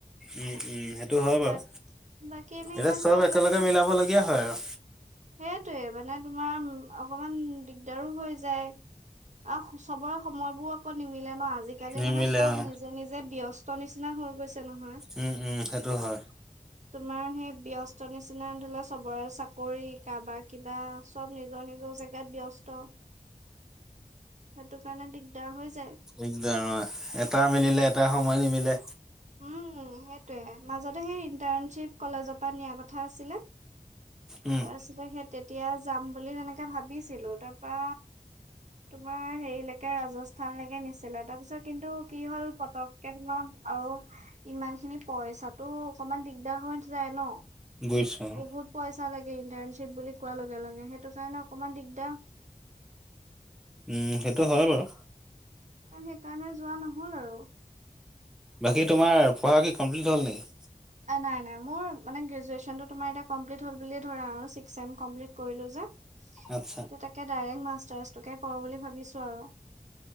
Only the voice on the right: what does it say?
বাক বাকী এনেই
ইমান
প্ৰব্লেম
নাই
সেইটোয়ে মানে তোমাৰ অকমান দিগদাৰো হৈ যায় আৰু চবৰে সময়বোৰ আকৌ নিমিলে ন আজিকালি
মানে চব
নিজে নিজে ব্যস্ত স্ত নিচিনা হৈ গৈছে নহয়
তোমাৰ সেই ব্যস্ত নিচিনা ধৰি লোৱা চবৰে চাকৰি কাৰবাৰ কিবা চব নিজৰ নিজৰ জেগাত ব্যস্ত সেইটো কাৰণে দিগদাৰ হৈ যায়
উম সেইটোয়ে মাজতে সেই ইন্টাৰ্ণশ্বিপ কলেজপা পা নিয়া কথা আছিলে
তাৰ পিছতে সেই তেতিয়া যাম বুলি তেনেকে ভাবিছিলো তাৰপা তোমাৰ হেৰিলৈকে ৰাজস্থানলৈকে নিছিলে তাৰ পিছত কিন্তু কি হ'ল পতককে তোমাৰ আৰু ইমান খিনি পইচাটো অকমান দিগদাৰ হৈ যায় ন
বহুত পইচা লাগে এই ইণ্টাৰ্ণশিপ বুলি কোৱা লগে লগে সেইটো কাৰণে অকমান দিগদ
সেইকাৰণে যোৱা নহল আৰু
নাই নাই মোৰ মানে গ্ৰেজুৱেশচনটো তোমাৰ এতিয়া কমপ্লিট হল বুলিয়ে ধৰা আৰু ছিক্স ছেম কমপ্লিট কৰিলো যে এতিয়া
তাকে ডাইৰেক্ট মাছ ষ্টাৰ্ছ টোকে কৰো বুলি ভাবিছো আৰু